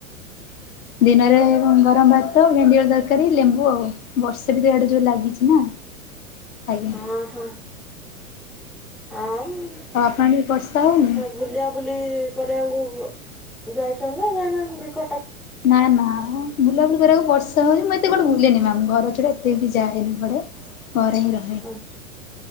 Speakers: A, on the left; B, in the centre.
A: ଦିନରେ କଣ ଗରମ ଭାତ, ଭେଣ୍ଡି ଆଳୁ ତରକାରୀ, ଲେମ୍ବୁ ଆଉ ବର୍ଷା ବି ତ ୟାଡେ ଜୋରେ ଲାଗିଚି ନା। ଆଜ୍ଞା
B: ହଁ ହଁ ହଁ ମୁଁ ଏମ୍
A: ଆଉ ଆପଣ ଆଡି ବର୍ଷା ହୋଉନି?
B: ବୁଲିଆ ବୁଲି କରିବାକୁ ଯାଇଚନ୍ତି ନା ଯାଇନାହାନ୍ତି କଟକ?
A: ନା ନା ବୁଲାବୁଲି କରିବାକୁ ବର୍ଷା ହୋଉଚି ମୁଁ ଏତେ କୁଆଡେ ବୁଲେନି ମାମ୍ ଘର ଛାଡ଼ା ଏତେ ବି ଯାଏନି କୁଆଡେ ଘରେ ହିଁ ର
B: ଓହୋ